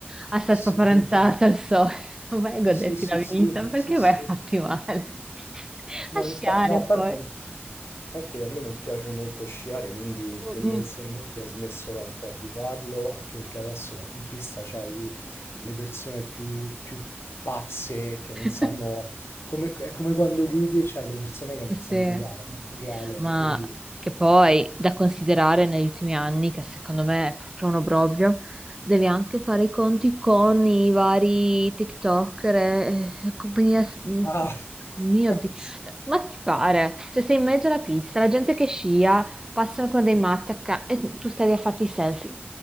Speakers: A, on the right; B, on the left.
A: a stare
B: Sì,
A: spaparanzata al sole, <laughs> vai a goderti
B: sì, sì,
A: la
B: sì,
A: vita, perché
B: sì, sì.
A: vai a farti male? <laughs>
B: No,
A: A sciare
B: infatti, no, a parte
A: poi.
B: A parte che a me non piace molto sciare, quindi
A: Mm,
B: tendenzialmente
A: mm.
B: ho smesso da un po' di farlo, anche perché adesso in pista c'hai le persone più, più pazze che non
A: <laughs>
B: sanno... come- è come quando guidi e c'hai le persone che
A: Sì,
B: non
A: sì.
B: sanno guidare, no? Uguale,
A: ma
B: quindi...
A: che poi da considerare negli ultimi anni, che secondo me è proprio un obbrobrio, devi anche fare i conti con i vari TikToker e e compagnia. s-
B: Ah.
A: Mio
B: <laughs>
A: Dio, ma ti pare? Cioè, sei in mezzo alla pista, la gente che scia, passano con dei matti acca- e tu stai lì a farti i selfie.